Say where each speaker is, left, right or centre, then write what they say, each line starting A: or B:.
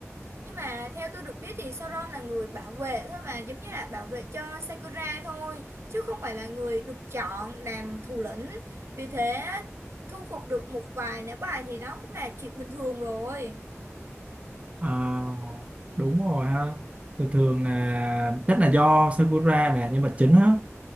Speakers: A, on the right; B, on the right.
A: Nhưng mà theo tôi được biết thì Sauron là người bảo vệ thôi mà giống như là bảo vệ cho Sakura thôi chứ không phải là người được chọn làm thủ lĩnh. Vì thế thu phục được một vài nữ bài thì nó cũng là chuyện bình thường rồi.
B: à, đúng rồi ha thường thường là chắc là do Sakura là nhân vật chính á